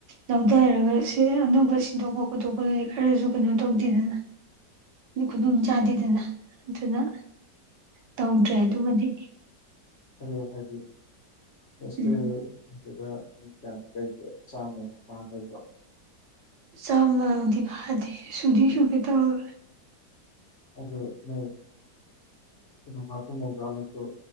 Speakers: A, on the right; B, on the left.
A: ꯂꯧꯊꯔꯒ ꯁꯤ ꯑꯅꯧꯕ ꯁꯤꯟꯗꯣꯛꯄ ꯈꯣꯠꯇꯣꯛꯄꯗꯨꯗꯤ ꯈꯔꯁꯨ ꯀꯩꯅꯣ ꯇꯧꯗꯦꯗꯅ ꯈꯨꯗꯣꯡ ꯆꯥꯗꯦꯗꯅ ꯑꯗꯨꯅ ꯇꯧꯗ꯭ꯔꯦ ꯑꯗꯨꯃꯗꯤ
B: ꯑꯗꯨ ꯍꯥꯏꯗꯤ ꯍꯣꯁꯇꯦꯜ
A: ꯎꯝ
B: ꯑꯗꯨꯗ ꯃꯤ ꯀꯌꯥꯃꯨꯛ ꯂꯩꯒꯦ ꯆꯥꯝꯃ ꯄꯥꯅꯥ ꯂꯩꯕꯔꯣ
A: ꯆꯥꯝꯃꯥꯗꯤ ꯐꯥꯗꯦ ꯁꯨꯗꯤ ꯁꯨꯒꯦ ꯇꯧꯌꯦ
B: ꯑꯗꯨ ꯅꯣꯢ ꯃꯥꯔꯐꯨ ꯃꯧꯗꯔꯥ ꯃꯨꯛꯇꯣ